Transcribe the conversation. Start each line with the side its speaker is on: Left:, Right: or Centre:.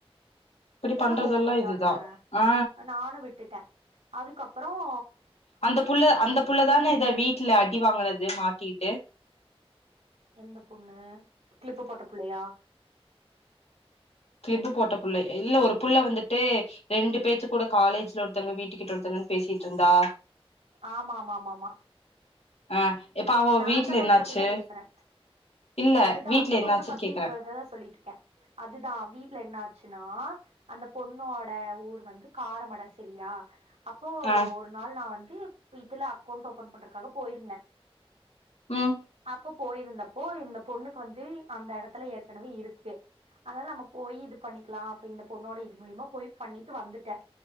Left: இப்டி
Right: இதெல்லாம்
Left: பண்றதெல்லா
Right: ஓவர்
Left: இதுதா
Right: தானே
Left: ஆ
Right: நானும் விட்டுட்டேன் அதுக்கப்பறம்
Left: அந்த புள்ள அந்த புள்ள தானே இத வீட்டுல அடி வாங்குனது மாட்டிட்டு
Right: எந்த பொண்ணு கிளிப்பு போட்ட புள்ளையா
Left: கிளிப்பு போட்ட புள்ள இல்ல ஒரு புள்ள வந்துட்டு ரெண்டு பேத்து கூட காலேஜ்ல ஒருத்தவங்க வீட்டுக்கிட்ட ஒருத்தவங்கிட்டே பேசிட்டு இருந்தா
Right: ஆமா ஆமா ஆமாமா
Left: ஆ இப்ப அவ
Right: நான்
Left: வீட்ல
Right: அந்த பொண்ண
Left: என்னாச்சு
Right: பத்திதான் பேசுறேன்
Left: இல்ல
Right: அதுதான்
Left: வீட்ல
Right: அந்த
Left: என்னாச்சுன்னு
Right: பொண்ணு பத்தி
Left: கேக்குறே
Right: இப்ப இததான் சொல்லிட்டு இருக்கேன் அதுதான் வீட்டுல என்ன ஆச்சுன்னா அந்த பொண்ணோட ஊர் வந்து காரமடை சரியா அப்போ
Left: ஆ
Right: ஒரு நாள் நான் வந்து ட்டு இதுல அக்கௌண்ட் ஓப்பன் பண்றக்காக போயிருந்தே
Left: உம்
Right: ப்ப போயிருந்தப்போ இந்த பொண்ணுக்கு வந்து அந்த எடத்துல ஏற்கனவே இருக்கு அதனால நம்ம போயி இது பண்ணிக்லா அப்டி இந்த பொண்ணோட இது மூலியமா போயி பண்ணிட்டு வந்துட்டே